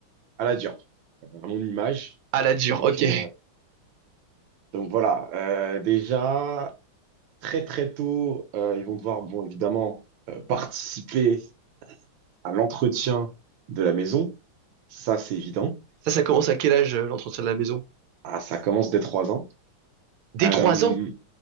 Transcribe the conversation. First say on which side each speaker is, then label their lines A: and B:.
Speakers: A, on the right (about 70°); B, on the right (about 85°).
A: à la dure, euh, à mon image.
B: À la dure,
A: Donc,
B: ok.
A: euh, donc voilà, euh, déjà, très très tôt, euh, ils vont devoir, bon, évidemment, euh, participer à l'entretien de la maison. Ça, c'est évident.
B: Ça, ça commence à quel âge euh, l'entretien de la maison?
A: Ah, ça commence dès trois ans.
B: Dès
A: Euh,
B: trois ans.